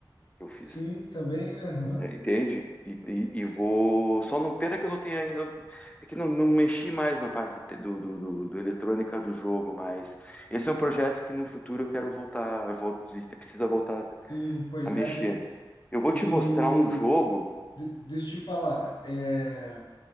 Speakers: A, on the left; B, on the left.
A: que eu fiz.
B: sim, também, né? Aham,
A: É, Entende? E, e, e vou. Só não. Pena que eu não tenho ainda. É que não, não mexi mais na parte te- do, do, do, do eletrônica do jogo, mas esse é um projeto que no futuro eu quero voltar. eu Vou, a gente precisa voltar
B: Sim, pois
A: a mexer.
B: é, né?
A: Eu vou te
B: E
A: mostrar um jogo,
B: de- deixa eu te falar, é,